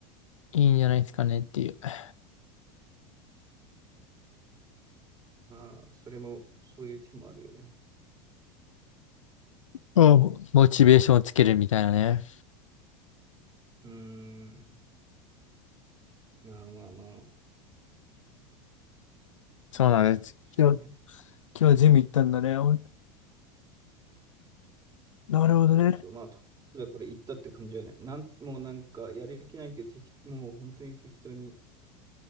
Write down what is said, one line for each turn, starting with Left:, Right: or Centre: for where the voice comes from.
Left: いいんじゃないですかねっていう。あ
Right: まあ、それも、そういう手もあるよね。
Left: あもうモチベーションをつけるみたいなね。
Right: うーん。まあまあまあ、
Left: そうなんです。
Right: そうね。
Left: 今日、今日ジム行ったんだね。おなるほどね。
Right: そうそう。まあ、とりあえずだから行ったって感じだよね。なん、もうなんか、やる気ないけど、適もう本当に適当に、